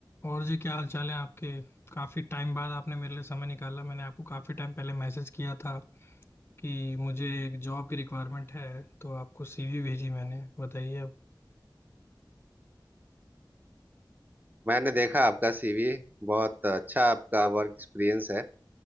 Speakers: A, on the left; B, on the right.
A: और जी क्या हाल चाल है आपके काफी टाइम बाद आपने मेरे लिए समय निकाला मैंने आपको काफी टाइम पहले मैसेज किया था कि मुझे एक जॉब की रिक्वायरमेंट है तो आपको सीवी भेजी मैंने बताइए अब
B: मैंने देखा आपका सीवी बहुत अच्छा आपका वर्क एक्सपीरियंस है